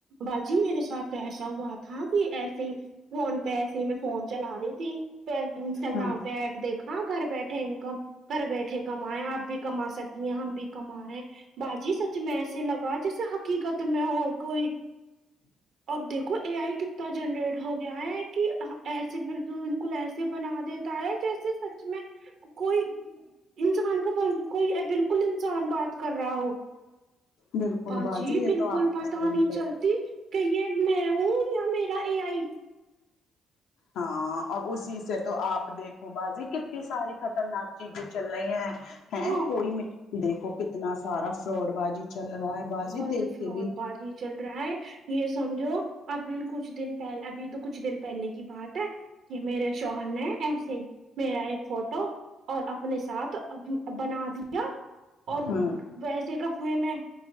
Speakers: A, on the right; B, on the left.
A: باجی میرے ساتھ ایسا ہوا تھا کہ ایسے ہی فون پہ ایسے ہی میں فون چلا رہی تھی پہ انسٹاگرام
B: ہاں
A: پہ ایڈ دیکھ ہاں گھر بیٹھے انکم گھر بیٹھے کمائے آپ بھی کما سکتی ہیں ہم بھی کما رہے ہیں باجی سچ میں ایسے لگا جیسے حقیقت میں ہو کوئی اور دیکھو اے آئی کتنا جنریٹ ہو گیا ہے کی آہں ایسے بالکل بالکل ایسے بنا دیتا ہے جیسے سچ میں کوئی انسان کو <unintelligible> کوئی اے بالکل ہی انسان بات کر رہا ہو
B: بالکل
A: باجی
B: یہ
A: بالکل
B: تو آپ نے
A: پتہ
B: صحیح
A: نہیں
B: کہی
A: چلتی کہیں یہ میں ہوں یا میرا اے آئی
B: ہاں اور اسی سے تو آپ دیکھو باجی کتنی ساری خطرناک چیزیں چل رہی ہیں ہیں
A: ہاں
B: کوئی میں دیکھو کتنا سارا فراڈ بازی چل رہا ہے بازی
A: بہت
B: دیکھ
A: فراڈ
B: کے بھی
A: بازی چل رہا ہے یہ سمجھو ابھی کچھ دن پہلے ابھی تو کچھ دن پہلے کی بات ہے کہ میرے شوہر نے ایسے ہی میرا ایک فوٹو اور اپنے ساتھ بنا دیا اور
B: ہاں
A: ویسے کپڑے میں